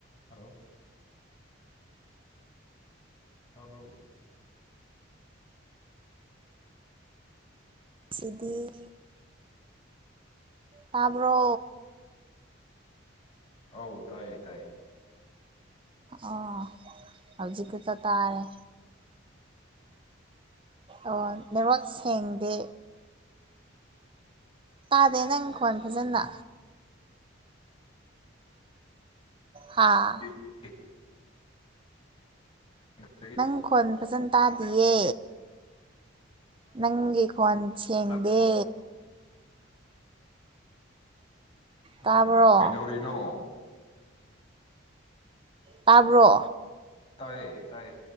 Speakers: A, on the left; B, on the right.
A: Hello ꯇꯥꯕ꯭ꯔꯣ
B: ꯁꯤꯗꯤ ꯇꯥꯕ꯭ꯔꯣ
A: ꯑꯧ ꯇꯥꯏꯌꯦ ꯇꯥꯏ
B: ꯑꯥ ꯍꯧꯖꯤꯛ ꯈꯛꯇꯥ ꯇꯥꯔꯦ ꯑꯣ‌ ꯅꯦꯠꯋꯥꯛ ꯁꯦꯡꯗꯦ ꯇꯥꯗꯦ ꯅꯪꯪ ꯈꯣꯟ ꯐꯖꯅ ꯍꯥꯥ
A: <unintelligible> <unintelligible>
B: ꯅꯪ ꯈꯣꯟ ꯐꯖꯅ ꯇꯥꯗꯤꯌꯦ ꯅꯪꯒꯤ ꯈ‌ꯣꯟ ꯁꯦꯡꯗꯦ
A: ꯑꯣ ꯑꯣ
B: ꯇꯥꯕ꯭ꯔꯣ
A: ꯀꯩꯗꯧꯔꯤꯅꯣ
B: ꯇꯥꯕ꯭ꯔꯣ
A: ꯇꯥꯏꯌꯦ ꯇꯥꯏ